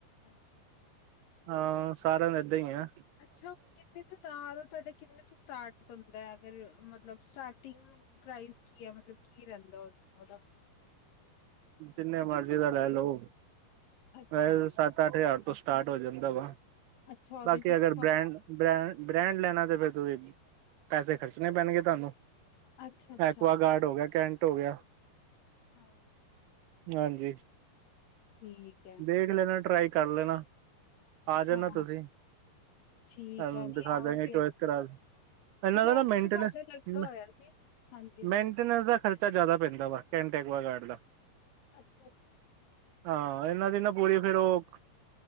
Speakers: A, on the left; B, on the right.
A: ਅੱਛਾ-ਅੱਛਾ
B: ਹਾਂ ਸਾਰਿਆਂ ਦਾ ਏਦਾਂ ਈ ਐ।
A: ਅੱਛਾ ਕਿੰਨੇ ਤੋਂ <unintelligible> ਤੁਹਾਡਾ ਕਿੰਨੇ ਤੋਂ ਸਟਾਰਟ ਹੁੰਦੈ ਅਗਰ ਮਤਲਬ ਸਟਾਰਟਿੰਗ? ਪ੍ਰਾਈਜ਼ ਕੀ ਐ ਮਤਲਬ ਕੀ ਰੈਂਦਾ ਓਦਾ।
B: ਜਿੰਨੇ ਮਰਜ਼ੀ ਦਾ ਲੈ ਲਓ <unintelligible>
A: ਅੱਛਾ
B: ਸੱਠ ਹਜ਼ਾਰ ਤੋਂ ਸਟਾਰਟ ਹੋ ਜਾਂਦਾ ਵਾ
A: ਅੱਛਾ ਉਹਦੇ
B: ਬਾਕੀ
A: ਚ
B: ਅਗਰ
A: ਕੀ ਫਰਕ?
B: ਬ੍ਰੈਂਡ ਬ੍ਰੈਂ ਬ੍ਰੈਂਡ ਲੈਣਾ ਤੇ ਫਿਰ ਤੁਂ ਪੈਸੇ ਖਰਚਣੇ ਪੈਣਗੇ ਤੁਹਾਨੂੰ।
A: ਅੱਛਾ ਅੱਛਾ
B: ਐਕੁਆਗਾਰਡ ਹੋ ਗਿਆ ਕੈਂਟ ਹੋ ਗਿਆ।
A: ਹਾਂ।
B: ਹਾਂਜੀ
A: ਠੀਕ ਹੈ
B: ਦੇਖ ਲੈਨਾ ਟਰਾਈ ਕਰ ਲੈਨਾ। ਆ ਜਾਣਾ
A: ਹਾਂ
B: ਤੁਸੀਂ
A: ਠੀਕ
B: ਤਾਨੂੰ
A: ਹੈ ਨੀ
B: ਦਿਖਾਂ
A: ਆਵਾਂਗੇ
B: ਦਾਂਗੇ ਚੋਆਇਸ
A: ਅਸੀ
B: ਕਰਾ ਪੈਲਾਂ
A: ਨਹੀਂ ਵੈਸੇ
B: ਏਦਾ ਨਾ ਮੇਨਟਨੈਂਸ-ਮੇਨਟੇਨੈਂਸ
A: ਤਾਂ ਸਾਡਾ ਲੱਗਾ ਹੋਇਆ ਸੀ ਹਾਂਜੀ ਹਾਂਜੀ
B: ਦਾ ਖਰ ਚਾ ਜਾਦਾ ਪੈਂਦਾ ਵਾ ਕੈਨਟੈਕ ਵਾ ਗਾਰਡ ਦਾ।
A: ਅੱਛਾ-ਅੱਛਾ
B: ਹਾਂ ਏਨਾਂ ਦੇ ਨਾ ਪੂਰੀ ਫੇਰ ਓਕ